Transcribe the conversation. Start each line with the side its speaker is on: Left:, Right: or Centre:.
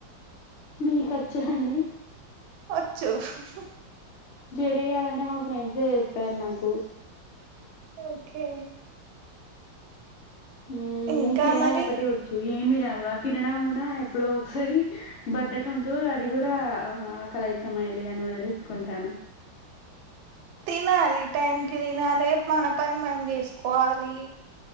Left: మీకు వచ్చ అండి
Right: వచ్చు స
Left: జడేయ్యాలంటే మా ఫ్రెండ్సే వేస్తారు నాకు
Right: ఓకే
Left: ఉ
Right: ఇంకా
Left: తినడం
Right: మరి
Left: ఒకటే వచ్చు ఏమి చదు అ తినడం కూడా ఎప్పుడో ఒకసారి బద్ధకంతో అది కూడా ఆకలయితంమయలే అని వదిలేసుకుంటాను
Right: తినాలి టైం కి తినాలి మన పని మనం చేసుకోవాలి